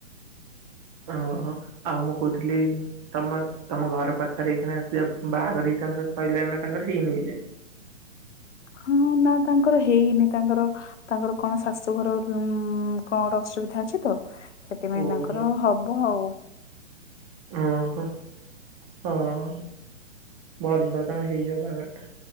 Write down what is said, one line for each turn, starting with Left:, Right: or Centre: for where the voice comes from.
Right: ଓ ହୋ ଆଉ ମୁଁ କହୁଥିଲି ତମର ତମ ଘର ପାଖରେ ଏଇଖିନା ସେ ବାହାଘର ହେଇଥାନ୍ତା ସଇଲାଣି ନା ତାଙ୍କର ହେଇନି ଏଯାଏ?
Left: ହଁ ନା ତାଙ୍କର ହେଇନି ତାଙ୍କର। ତାଙ୍କର କଣ ଶାଶୁଘର ଉଁ କଣ ଗୋଟେ ଅସୁବିଧା ଅଛି ତ। ସେଥିପାଇଁ
Right: ଓହୋ
Left: ତାଙ୍କର ହବ ଆଉ।
Right: ଓହୋ ହଁ ଭଲ ତାଙ୍କର ହେଇଯାଉ ବାହଘରଟା।